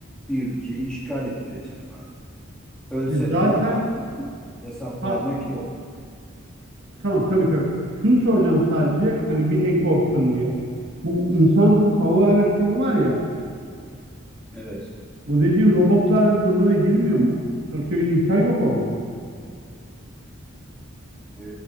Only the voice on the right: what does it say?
E zaten
ha,
tamam tabii tabii. Şunu soracağım sadece hani bir ek olsun diye. Bu insansız hava araçları var ya
bu dediğin robotlar grubuna girmiyor mu? Sonuçta bir insan yok orada.